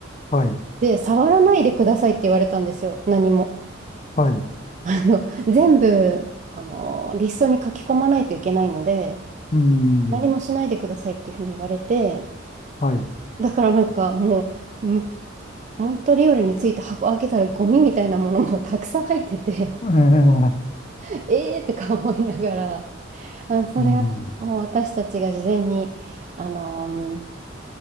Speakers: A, on the left; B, on the right.
A: はい、
B: で、触らないでくださいって言われたんですよ、何も。
A: はい、
B: <laughs> あの、全部、あの、リストに書き込まないといけないので、
A: うん、
B: 何もしないでくださいっていうふうに言われて、
A: はい、<laughs>
B: だからなんかもう、むモントリオールについて箱開けたらゴミみたいなものもたくさん入ってて、
A: ええ
B: <laughs> えーとか思いながら、あ、それはもう私たちが事前に、
A: うん、
B: あの、